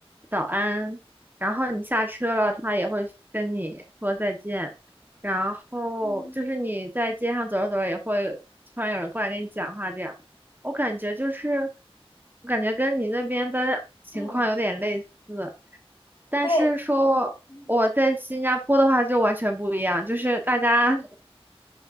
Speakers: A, on the right; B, on the left.
A: 早安，然后你下车了，他也会跟你说再见。然后就是你在街上走着走着，
B: 嗯
A: 也会突然有人过来跟你讲话这样。我感觉就是，我感觉跟你那边的情况有点类似，
B: 嗯，
A: 但是说我在新加坡的话就完全不一样，
B: 对。嗯，
A: 就是大家